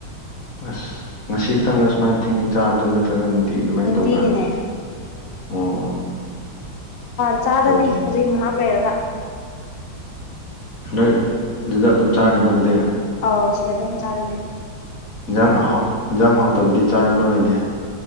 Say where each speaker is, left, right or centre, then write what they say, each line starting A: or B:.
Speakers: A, on the left; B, on the left.
A: ꯑꯁ ꯉꯁꯤ ꯈꯛꯇꯪꯗꯅ ꯁꯨꯃꯥꯏꯅ ꯊꯦꯡꯅ ꯆꯥꯕꯗꯣ ꯅꯠꯇ꯭ꯔꯒ ꯑꯗꯨꯃꯥꯏꯅ
B: ꯅꯨꯡꯇꯤꯒꯤꯅꯦ
A: ꯇꯧꯕ꯭ꯔꯥ ꯑꯣ
B: ꯆꯥꯗꯅꯤ
A: ꯐꯩ ꯐꯩ
B: ꯍꯧꯖꯤꯛ ꯉꯍꯥꯛ ꯂꯩꯔꯒ
A: ꯅꯣꯏ ꯑꯗꯨꯗ ꯑꯗꯨꯝ ꯆꯥꯔꯅꯤꯀꯣ ꯑꯗꯨꯗꯤ
B: ꯑꯧ ꯁꯤꯗ ꯑꯗꯨꯝ ꯆꯥꯔꯅꯤ
A: ꯏꯟꯖꯥꯡꯥꯎ ꯏꯟꯖꯥꯡ ꯍꯥꯎꯇꯕꯗꯤ ꯆꯥꯔꯝꯃꯔꯣꯏꯅꯦ